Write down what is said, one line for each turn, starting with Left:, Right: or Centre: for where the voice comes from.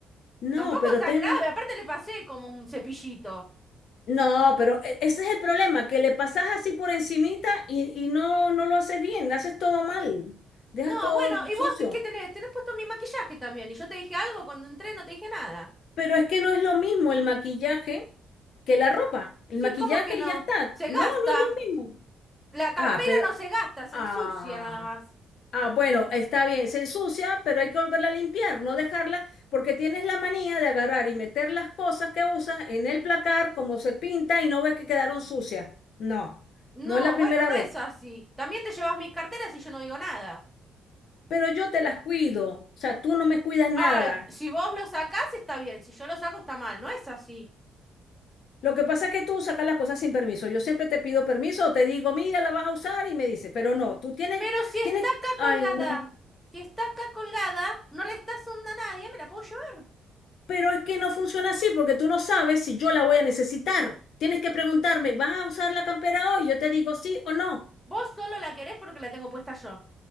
Centre: Tampoco
Left: No, pero
Centre: es tan
Left: ten...
Centre: grave. Aparte le pasé como un cepillito.
Left: No, pero e- ese es el problema, que le pasas así por encimita y, y no, no lo haces bien, haces todo mal, dejas
Centre: No,
Left: todo
Centre: bueno, ¿y
Left: sucio.
Centre: vos te- qué tenés? Tenés puesto mi maquillaje también. Y yo te dije algo cuando entré, no te dije nada.
Left: Pero es que no es lo mismo el maquillaje que la ropa. El
Centre: Sí,
Left: maquillaje
Centre: ¿cómo que no?
Left: ya está.
Centre: Se
Left: No,
Centre: gasta.
Left: no es lo mismo.
Centre: La cartera
Left: Ah, pero,
Centre: no se gasta, se
Left: ah,
Centre: ensucia nada más.
Left: ah, bueno, está bien, se ensucia, pero hay que volverla a limpiar, no dejarla, porque tienes la manía de agarrar y meter las cosas que usas en el placar como se pinta y no ves que quedaron sucias. No,
Centre: No,
Left: no es la primera
Centre: bueno, no
Left: vez,
Centre: es así. También te llevas mis carteras y yo no digo nada.
Left: pero yo te las cuido, o sea, tú no me cuidas nada.
Centre: Ay, p- si vos lo sacás está bien, si yo lo saco está mal, no es así.
Left: Lo que pasa es que tú sacas las cosas sin permiso. Yo siempre te pido permiso o te digo, mira, la vas a usar y me dices, pero no, tú tienes,
Centre: Pero si
Left: tienes,
Centre: está acá
Left: ay,
Centre: colgada,
Left: no.
Centre: si está acá colgada, no le estás onda a nadie, me la puedo llevar.
Left: Pero es que no funciona así porque tú no sabes si yo la voy a necesitar. Tienes que preguntarme, ¿vas a usar la campera hoy? Yo te digo sí o no.
Centre: Vos solo la querés porque la tengo puesta yo.